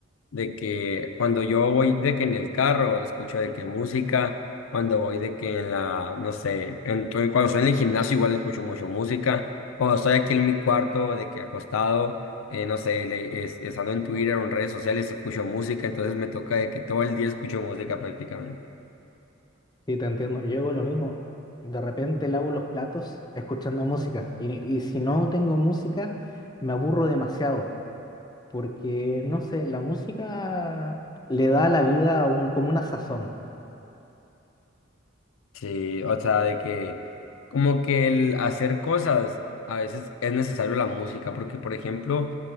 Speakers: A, on the left; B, on the left.
A: de que cuando yo voy de que en el carro escucho de que música, cuando voy de que en la, no sé, entonces cuando estoy en el gimnasio igual escucho mucho música, cuando estoy aquí en mi cuarto de que acostado, eh, no sé, le, es- estando en Twitter o en redes sociales escucho música, entonces me toca de que todo el día escucho música prácticamente.
B: Sí, te entiendo. Yo hago lo mismo. De repente lavo los platos escuchando música. Y, y si no tengo música, me aburro demasiado. Porque, no sé, la música le da a la vida un- como una sazón.
A: Sí, o sea, de que como que el hacer cosas a veces es necesario la música, porque por ejemplo,